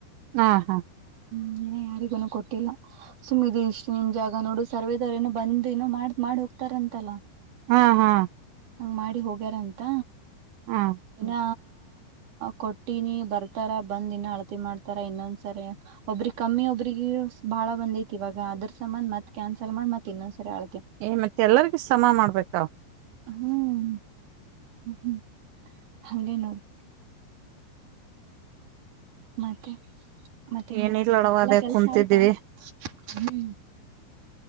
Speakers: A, on the right; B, on the right.
A: ಹಾ ಹಾ
B: ಹ್ಮ್ ಇನ್ನ ಯಾರಿಗೂನು ಕೊಟ್ಟಿಲ್ಲ ಸುಮ್ಮಿದ ಇಷ್ಟ್ ನಿಮ್ ಜಾಗ ನೋಡು ಸರ್ವದವ್ರ ಏನೋ ಬಂದ್ಏನೋ ಮಾಡ್ ಮಾಡ್ ಹೋಗ್ತಾರಂತಲ್ಲ
A: ಹಾ ಹಾ
B: ಹಂಗ ಮಾಡಿ ಹೋಗ್ಯಾರ ಅಂತ
A: ಹಾ
B: ಇನ್ನ ಕೊಟ್ಟಿನಿ ಬರ್ತಾರ ಬಂದ್ ಇನ್ನು ಅಳತಿ ಮಾಡ್ತಾರ ಇನ್ನೊಂದ್ಸರಿ ಒಬ್ರಗ್ ಕಮ್ಮಿ ಒಬ್ರಿಗೆ ಬಾಳ ಬಂದೈಐತಿವ ಅದ್ರ್ ಸಮಂನ್ ಮತ್ ಕ್ಯಾನ್ಸಲ್ ಮಾಡ ಮತ್ ಇನ್ನೊಂದಸರಿ ಅ
A: ಏ ಮತ್ತೆಲ್ಲರಿಗೂ ಸಮ ಮಾಡ್ಬೇಕ
B: ಹ್ಮ್ ಹ್ಮ್ ಹಾಗೇ ನೋಡಿ ಮತ್ತೆ ಮತ್ತೇನ್
A: ಏನಿಲ್ಲೊಡವ
B: ಮಾಡ ಎಲ್ಲಾ
A: ಅದೇ
B: ಕೆಲ್ಸ
A: ಕುಂತಿದ್ದೀವಿ
B: ಆಯ್ತಾ ಹ್ಮ